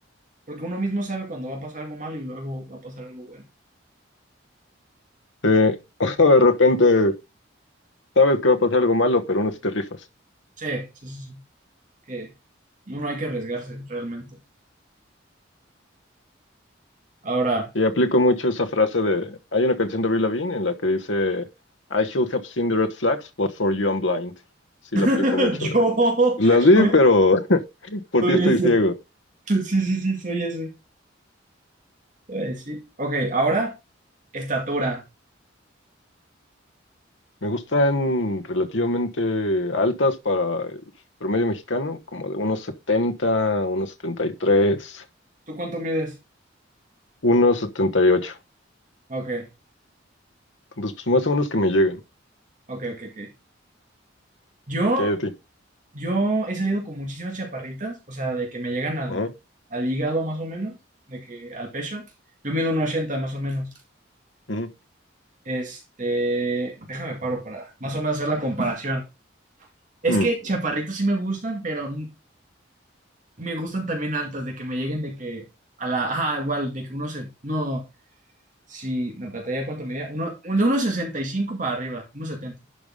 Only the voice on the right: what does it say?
porque uno mismo sabe cuando va a pasar algo malo y algo va a pasar algo bueno.
Sí, sí, sí, sí. que no, no hay que arriesgarse realmente. Ahora,
<laughs>
yo
soy,
soy
ese.
Sí, sí, sí, soy ese. Ay, sí. Ok, ahora, estatura.
¿Tú cuánto mides?
Ok,
ok, ok, ok. Yo,
yo he salido con muchísimas chaparritas, o sea, de que me llegan al,
al hígado más o menos, de que al pecho. Yo mido un 80 más o menos.
Este, déjame paro para más o menos hacer la comparación. Es
que chaparritas sí me gustan, pero me gustan también altas, de que me lleguen de que a la, ajá, igual, de que uno se, no, si, no, pantalla cuánto medía, uno, de unos 65 para arriba, unos 70